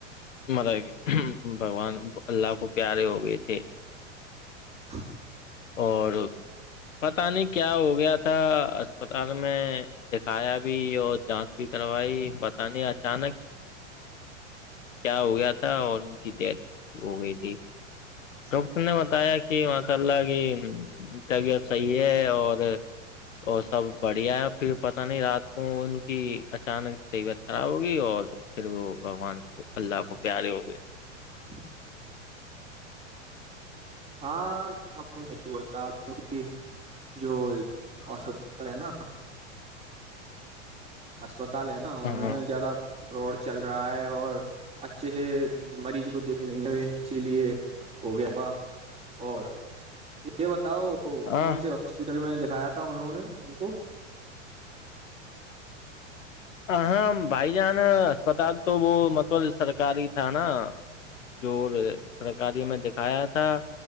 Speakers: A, on the left; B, on the right.
A: مر بگوان اللہ کو پیارے ہو گئے تھے <inaudible>
B: ہاں <inaudible>
A: اور پتہ نہیں کیا ہو گیا تھا اسپتال میں دکھایا بھی اور جانچ بھی کروائی پتا نہیں اچانک کیا ہویا تھا ان کی ت ہو گئی تھی
B: چ <inaudible>
A: ڈاکٹر نے بتایا کہ ماشاء اللہ کی طبیعت صحیح ہے اور اور سب بڑھیا ہے اور پھر پتہ نہیں رات کو ان کی اچانک طبیعت خراب ہوگی اور پھر وہ بگوان کو اللہ کو پیارے ہو گئے
B: <inaudible> ہاں آپ نے صحیح بولا کیکہ جو <inaudible> ہسپتال ہے نا <inaudible> اسسپتال ہے نا
A: ہاں
B: انہوں نے زیادہ فرائیڈ چل رہا ہے اور اچھے سے مریض کو دیتے نہیں ہوئے اسی لیے ہو گیا اور یہ بتاؤ
A: ہاں
B: کون سے ہاسپٹل میں دکھایا تھا انہوں نے ان کو
A: ہاں بھائی جان اسپتال تو وہ مطلب سرکاری تھا نا جو سرکاری میں دکھایا تھا